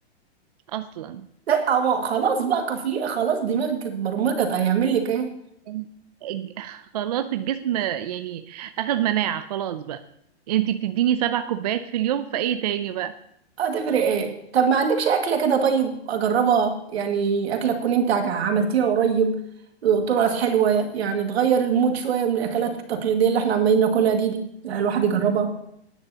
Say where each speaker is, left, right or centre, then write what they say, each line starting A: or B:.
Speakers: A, on the right; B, on the right.
A: أصلا
B: لا هو خلاص بقى كفي خلاص دماغك اتبرمجت هيعمل لك ايه
A: يعني الج- <laughs> خلاص الجسم يعني أخد مناعة خلاص بقى انتي بتديني سبع كوبايات في اليوم فايه تاني بقى
B: هتفرق ايه طب ما عندكش اكله كده طيب اجربها يعني اكله تكون انت عج- عملتيها قريب طلعت حلوه يعني تغير المود شويه من الاكلات التقليديه اللي احنا عمالين ناكلها دي دي يعني الواحد يجربها